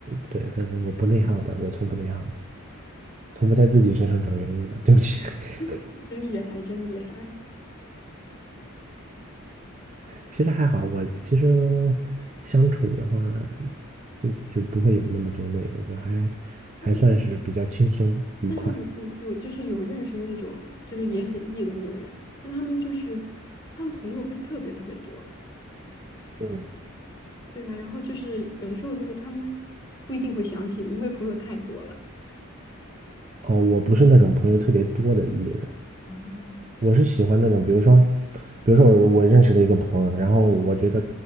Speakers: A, on the right; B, on the left.
A: 对，但是我不内耗的，我从不内耗的，从不在自己身上找原因的。对不起，<laughs>
B: <laughs> 真厉害，真厉害。
A: 其实还好，我其实相处的话，就就不会有那么多那个，就还还算是比较轻松愉快。
B: 但是我，但是我我我就是有认识那种，就是也很 E 的那种人，但他们就是他们朋友会特别特别多。
A: 嗯
B: 对啊，然后就是有的时候就是他们不一定会想起你，因为朋友太多了。
A: 哦，我不是那种朋友特别多的艺人，
B: 啊
A: 我是喜欢那种，比如说，比如说我我认识的一个朋友，然后我觉得